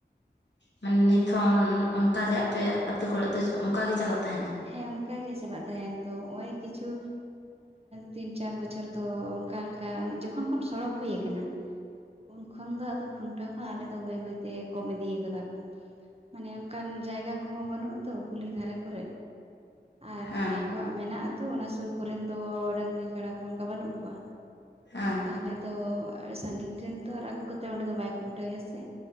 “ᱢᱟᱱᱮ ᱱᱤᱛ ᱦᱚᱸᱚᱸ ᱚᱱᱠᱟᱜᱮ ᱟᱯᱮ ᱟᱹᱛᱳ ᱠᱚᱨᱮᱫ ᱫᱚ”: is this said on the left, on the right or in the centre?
Left